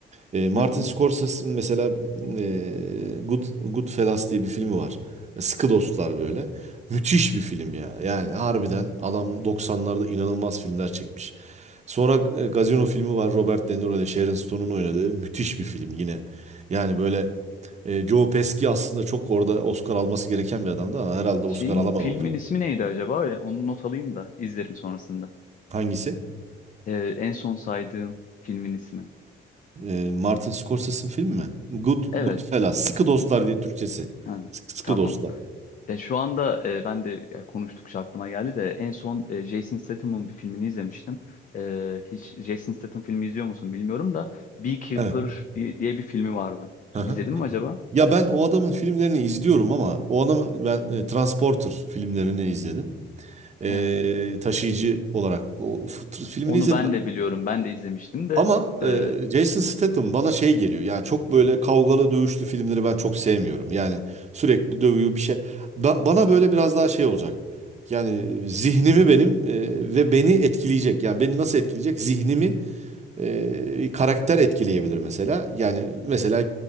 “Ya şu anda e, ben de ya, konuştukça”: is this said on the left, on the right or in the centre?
Left